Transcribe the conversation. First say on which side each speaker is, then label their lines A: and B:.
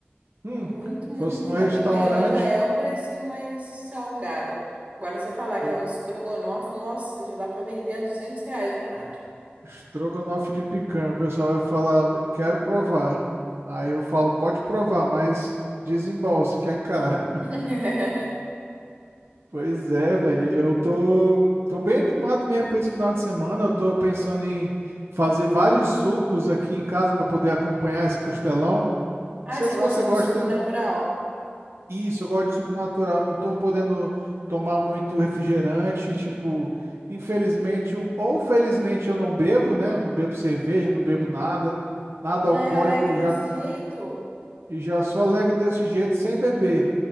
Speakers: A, on the right; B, on the right.
A: Hum,
B: Muito, muito,
A: fosse
B: muito.
A: no restaurante,
B: A picanha, ela já é o precinho mais salgado. Agora, se eu falar
A: oi,
B: que é um estrogonofe, nossa, já dá pra vender a 200 reais o prato.
A: estrogonofe de picanha, o pessoal vai falar, quero provar. Aí eu falo, pode provar, mas desembolse, que é caro.
B: <laughs>
A: Pois é, velho, eu tô, tô bem animado mesmo para esse final de semana. Eu tô pensando em fazer vários sucos aqui em casa para poder acompanhar esse costelão.
B: Ai,
A: Não sei
B: você
A: se
B: gosta
A: você
B: de
A: gosta.
B: suco natural?
A: Isso, eu gosto de suco natural, não tô podendo tomar muito refrigerante, tipo, infelizmente ou felizmente eu não bebo, né? Eu não bebo cerveja, não bebo nada, nada
B: Já
A: alcoólico,
B: é alegre desse
A: já
B: jeito?
A: e já sou alegre desse jeito sem beber.